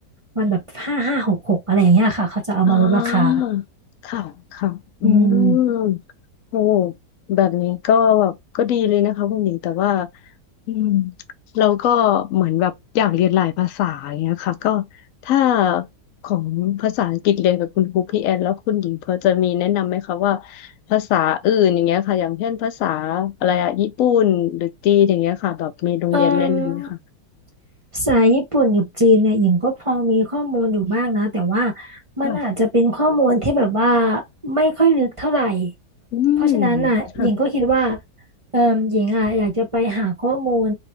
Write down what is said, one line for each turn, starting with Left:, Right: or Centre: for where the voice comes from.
Right: วันแบบห้าห้าหกหกอะไรอย่างเงี้ยค่ะเขาจะเอามาลดราคา
Left: อ่าค่ะค่ะอื
Right: อืม
Left: มโอ้แบบนี้ก็แบบก็ดีเลยนะคะคุณหญิงแต่ว่าอืมเราก็เหมือนแบบอยากเรียนหลายภาษาอย่างเงี้ยค่ะก็ถ้าของภาษาอังกฤษเรียนกับคุณครูพี่แอนแล้วคุณหญิงพอจะมีแนะนำไหมคะว่าภาษาอื่นอย่างเงี้ยค่ะอย่างเช่นภาษาอะไรอะญี่ปุ่นหรือจีนอย่างเงี้ยค่ะแบบมีโรงเรียนแนะนำไหมคะ
Right: เออ ภาษาญี่ปุ่นกับจีนเนี่ยหญิงก็พอมีข้อมูลอยู่บ้างนะแต่ว่ามันอาจจะเป็นข้อมูลที่แบบว่า
Left: ค่ะ
Right: ไม่ค่อยลึกเท่าไหร่
Left: อืม
Right: เพราะฉะนั้นน่ะหญิงก็คิดว่า
Left: ค่ะ
Right: เออหญิงอ่ะอยากจะไปหาข้อมูล